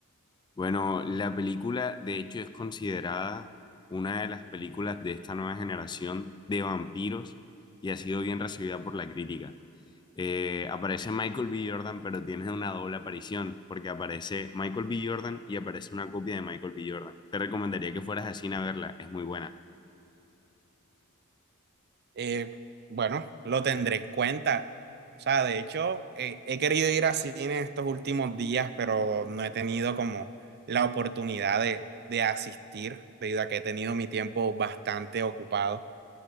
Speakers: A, on the left (about 20°); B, on the right (about 50°).
A: Bueno, la película de hecho es considerada una de las películas de esta nueva generación de vampiros y ha sido bien recibida por la crítica. Eh, aparece Michael B. Jordan, pero tiene una doble aparición, porque aparece Michael B. Jordan y aparece una copia de Michael B. Jordan. Te recomendaría que fueras a cine a verla, es muy buena.
B: Eh, bueno, lo tendré en cuenta. O sea, de hecho, eh, he querido ir a cine estos últimos días, pero no he tenido como la oportunidad de, de asistir, debido a que he tenido mi tiempo bastante ocupado